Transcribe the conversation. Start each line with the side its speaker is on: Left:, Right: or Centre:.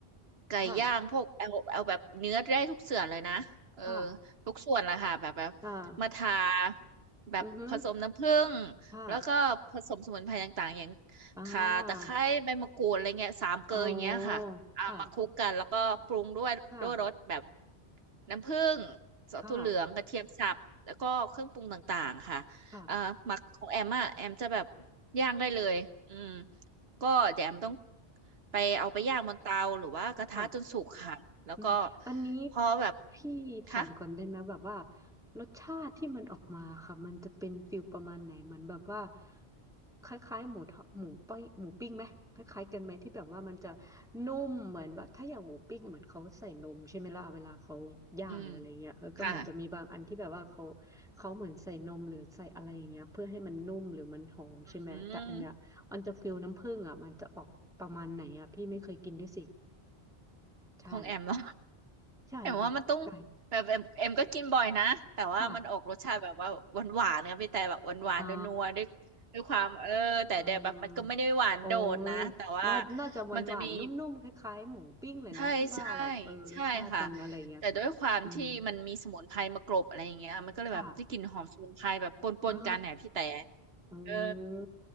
Right: ไก่ย่างพวกเอาเอาแบบเนื้อได้ทุกส่วนเลยนะเออ
Centre: ค่ะค่ะ
Right: ทุกส่วนแหละค่ะแบบแบบ
Centre: อ่า
Right: มาทาแบบผสมน้ำผึ้ง
Centre: อือฮึค่ะ
Right: แล้วก็ผสมสมุนไพรต่างๆอย่าง
Centre: อ่า
Right: ข่าตะไคร้ใบมะกรูดอะไรเงี้ยสามเกลออย่างเงี้ยค่ะเอามาคลุกกันแล้วก็ปรุงด้วยด้วยรสแบบ
Centre: อ๋อค่ะค่ะ
Right: น้ำผึ้งซอสถั่วเหลืองกระเทียมสับแล้วก็เครื่องปรุงต่างๆค่ะ
Centre: ค่ะค่ะ
Right: อ่าหมักของแอมอ่ะแอมจะแบบย่างได้เลยอืมก็เดี๋ยวแอมต้องไปเอาไปย่างบนเตาหรือว่ากระทะจนสุกค่ะแล้วก็
Centre: ค่ะ อืมอันนี้
Right: พอแบบ
Centre: พี่ถามก่อนได้ไหมแบบว่า
Right: คะ
Centre: รสชาติที่มันออกมาค่ะมันจะเป็นฟิลประมาณไหนเหมือนแบบว่าคล้ายๆหมูทอดหมูปิ้งหมูปิ้งไหมคล้ายๆกันไหมที่แบบว่ามันจะนุ่มเหมือนแบบถ้าอย่างหมูปิ้งอะเหมือนเขาใส่นมใช่ไหมล่ะเวลาเขาย่างหรืออะไรเงี้ยแล้วก็เหมือนจะมีบางอันที่แบบว่าเขา
Right: อืมค่ะ
Centre: เขาเหมือนใส่นมหรือใส่อะไรอย่างเงี้ยเพื่อให้มันนุ่มหรือมันหอมใช่ไหมแต่อันเนี้ยมันจะฟิลน้ำผึ้งอ่ะมันจะออกประมาณไหนอ่ะพี่ไม่เคยกินด้วยสิ
Right: อืม
Centre: ใช่
Right: ของแอมเนาะ <laughs>
Centre: ใช่ค่ะ่
Right: แอมว่ามันต้องแบบแอมแอมก็กินบ่อยนะแต่ว่ามันออกรสชาติแบบว่าหวานหวานนะพี่แต่แบบหวานหวานนัวๆด้วยด้วยความเออแต่เดี๋ยวแบบมันก็ไม่ได้หวานโดดนะแต่ว่า
Centre: ค่ะอ๋อเออโอ้ยน่าน่าจะหวานหวานนุ่มๆคล้ายๆหมูปิ้งเลยเนาะพี่ว่าแบบเออรสชาติมันอะไรเงี้ยค่ะอืม
Right: มันจะมี ใช่ใช่ใช่ค่ะแต่ด้วยความที่มันมีสมุนไพรมากรบอะไรอย่างเงี้ยมันก็เลยแบบได้กลิ่นหอมสมุนไพรแบบปนปนกันเนี่ยพี่แต่
Centre: ค่ะอ๋ออื
Right: เออ
Centre: ม